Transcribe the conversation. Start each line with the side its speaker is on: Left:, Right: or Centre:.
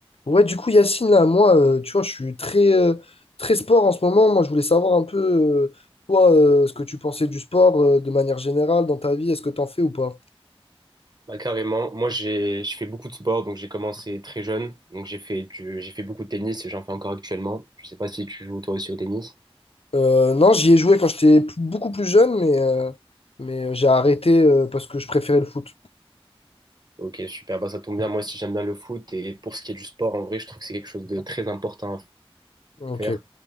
Left: Ouais, du coup, Yacine, là, moi, euh, tu vois, je suis très, euh, très sport en ce moment. Moi, je voulais savoir un peu, euh, toi, euh, ce que tu pensais du sport, euh, de manière générale dans ta vie. Est-ce que t'en fais ou pas?
Right: Bah, carrément. Moi, j'ai, je fais beaucoup de sport, donc j'ai commencé très jeune. Donc j'ai fait du- j'ai fait beaucoup de tennis et j'en fais encore actuellement. Je sais pas si tu joues toi aussi au tennis.
Left: Euh, non, j'y ai joué quand j'étais p- beaucoup plus jeune, mais, euh, mais euh, j'ai arrêté, euh, parce que je préférais le foot.
Right: Ok, super. Bah, ça tombe bien. Moi aussi, j'aime bien le foot. Et pour ce qui est du sport, en vrai, je trouve que c'est quelque chose de très important à
Left: Ok.
Right: faire.